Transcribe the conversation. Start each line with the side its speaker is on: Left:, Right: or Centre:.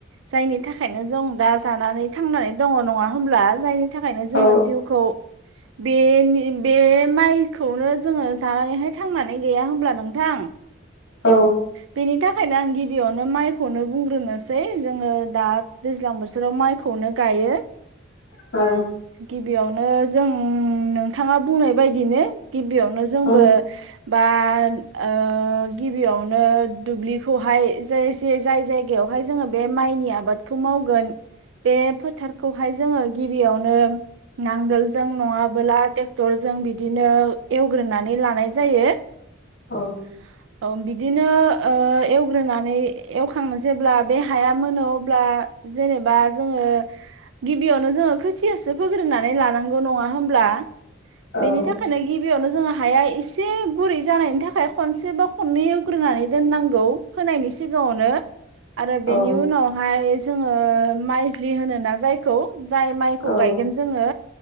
Right: जायनि थाखायनो जों दा जानानै थांनानै दङ नङा होमब्ला जायनि थाखायनो जोङो
Left: औ
Right: जिउखौ बेनि बे माइखौनो जोङो जानानैहाय थांनानै गैया होनब्ला नोंथां
Left: औ
Right: बिनि था खायनो आं गिबियावनो माइखौनो बुंग्रोनोसै जोङो दा दैज्लां बोथोराव माइखौनो गायो। <inaudible>
Left: ओ
Right: गिबियावनो जों नोंथाङा बुंनाय बायदिनो गिबियावनो जोंबो
Left: ओं
Right: बा ओ गिबियावनो दुब्लिखौहाय जाय जे जाय जायगायावहाय जोङो बे माइनि आबाद खौ मावगोन बे फोथारखौहाय जोङो गिबियावनो नांगोलजों नङाबोला ट्रेक्टरजों बिदिनो एवग्रोनानै लानाय जायो।
Left: औ
Right: <inaudible> औ बिदिनो ओ एवग्रोनानै एवखांनो जेब्ला बे हाया मोनो अब्ला जेनेबा जोङो गिबियावनो जोङो खोथियासो फोग्रोनानै लानांगौ नङा होमब्ला
Left: ओं
Right: बेनि थाखायनो गिबियावनो जोङो हाया एसे गुरै जानायनि था खाय खनसे बा खननै एवग्रोनानै दोननांगौ होनायनि सिगाङावनो आरो
Left: औ
Right: बेनि उनावहाय जोङो माइज्लि होनोना जायखौ जाय माइखौ
Left: औ
Right: गायगोन जोङो